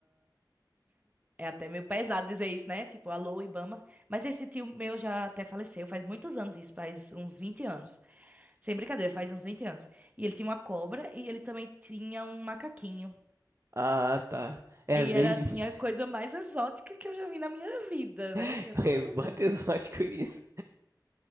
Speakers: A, on the right; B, on the right.
A: É até meio pesado dizer isso, né? Tipo, alô, Ibama. Mas esse tio meu já até faleceu, faz muitos anos isso, faz uns 20 anos. Sem brincadeira, faz uns 20 anos. E ele tinha uma cobra e ele também tinha um macaquinho.
B: Ah, tá. É,
A: Aí
B: vem,
A: era assim
B: <laughs>
A: a coisa mais exótica que eu já vi na minha vida,
B: <laughs>
A: né? Pelo amor de
B: Bota
A: Deus.
B: exótico nisso.